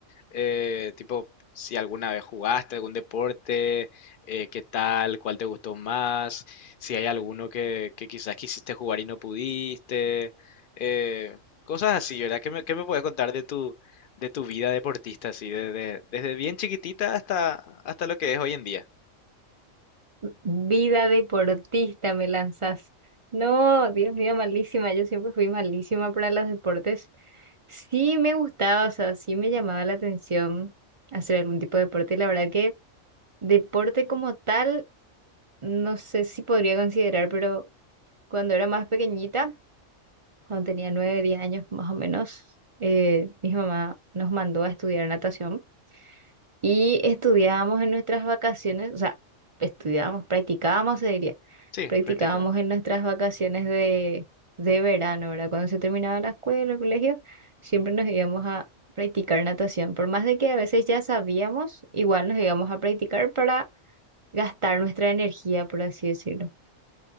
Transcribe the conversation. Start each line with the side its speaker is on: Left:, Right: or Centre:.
Left: Eh, tipo, si alguna vez jugaste algún deporte, eh, qué tal, cuál te gustó más, si hay alguno que, que quizás quisiste jugar y no pudiste, eh, cosas así, ¿verdad? ¿Qué me, qué me puedes contar de tu, de tu vida deportista, así, desde, desde bien chiquitita hasta, hasta lo que es hoy en día?
Right: Vida deportista me lanzas. No, Dios mío, malísima. Yo siempre fui malísima para los deportes. Sí me gustaba, o sea, sí me llamaba la atención hacer algún tipo de deporte. La verdad que deporte como tal, no sé si podría considerar, pero cuando era más pequeñita, cuando tenía nueve, diez años más o menos, eh, mi mamá nos mandó a estudiar natación y estudiábamos en nuestras vacaciones, o sea, estudiábamos, practicábamos, se diría.
Left: Sí,
Right: practicábamos
Left: práctica,
Right: en nuestras vacaciones de, de verano, ¿verdad? Cuando se terminaba la escuela, el colegio, siempre nos íbamos a practicar natación. Por más de que a veces ya sabíamos, igual nos íbamos a practicar para gastar nuestra energía, por así decirlo.